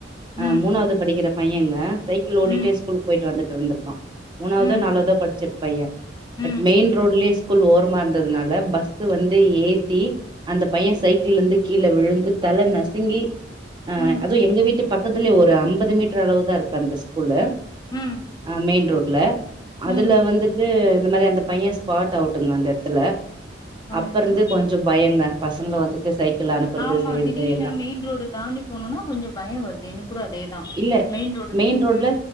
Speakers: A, on the right; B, on the left.
A: ஆ
B: ம்
A: மூணாவது படிக்கிற பையன்ங்க சைக்கிள் ஓடிட்டு
B: ம்
A: ஸ்கூலுக்கு போயிட்டு வந்துட்டு இருந்திருப்பான் மூணாவதோ
B: ம்
A: நாலாவதோ படிச்சிருக் பையா
B: ம்
A: பட் மெயின் ரோட்லயேஸ்கூல் ஓர்மா இரு அதனால பஸ் வந்து ஏத்தி அந்த பையன் சைக்கிள் இருந்து கீழ விழுந்து தலை நசுங்கி அஹ்
B: ம்
A: அதுவும் எங்க வீட்டு பக்கத்து த்துல ஒரு ஐம்பது மீட்டர் அளவு தான் இருக்கு அந்தஸ்கூலு
B: ம்
A: ஆ மெயின் ரோட்டு துல அதுல
B: ம்
A: வந்துட்டு இந்த மாரிஅந்தபையன் ஸ்பாட் அவுட்டுங்க அந்த இடத்துல
B: ஐயோ
A: அப்பருந்து கொஞ்சோ பயங்க பசங்க வந்துட்டு சை அனுப்பறது
B: ஆமா
A: செய்து
B: திடீர்னு
A: எல்லாம்
B: மெயின் ரோடு தாண்டி போனோம்னா கொஞ்சோ பயோ வருது எனக்கு கூட அதேதா
A: இல்ல
B: ரோடு
A: மெயின் ரோட்ல
B: ம்